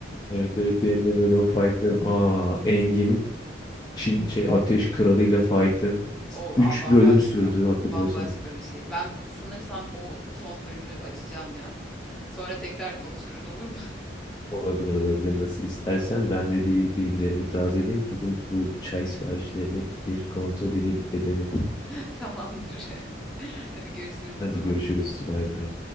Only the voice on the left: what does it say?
Evet evet benim de böyle o fightları aa Engin Çin şey Ateş Kralı'yla fight'ı
Üç
bölüm sürdü hatırlıyorsan.
Olabilir olabilir nasıl istersen ben de bir bilgilerimi tazeleyeyim gideyim bu çay siparişlerini bir kontrol edeyim dedemin.
Hadi
görüşürüz bay bay.